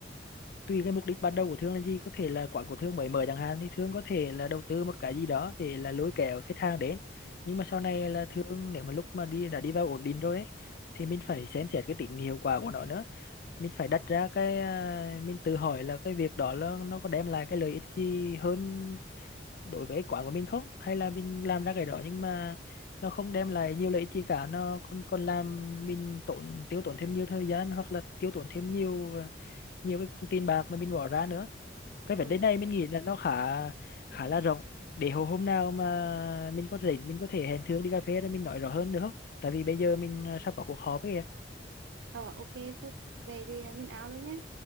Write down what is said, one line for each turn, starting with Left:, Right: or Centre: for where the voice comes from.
Left: tùy cái mục đích ban đầu của thương là gì có thể là quán của thương mới mở chẳng hạn thì thương có thể là đầu tư một cái gì đó để là lôi kéo khách hàng đến nhưng mà sau này là thương nếu mà lúc mà đi đã đi vào ổn định rồi ấy, thì mình phải xem xét cái tính hiệu quả của nó nữa mình phải đặt ra cái à, mình tự hỏi là cái việc đó là nó có đem lại cái lợi ích gì hơn đối với cái quán của mình không hay là mình làm ra cái đó nhưng mà nó không đem lại nhiều lợi ích gì cả nó còn còn làm mình tốn tiêu tốn thêm nhiều thời gian hoặc là tiêu tốn thêm nhiều ờ, nhiều cái tiền bạc mà mình bỏ ra nữa cái vấn
Right: ừ.
Left: đề này mình nghĩ là nó khá khá là rộng để hồi hôm nào mà mình có rảnh mình có thể hẹn Thương đi cà phê để mình nói rõ hơn được không tại vì bây giờ mình ờ, sắp có cuộc họp ấy kìa.
Right: Ờ ok Phúc về thì à, mình áo luôn nhé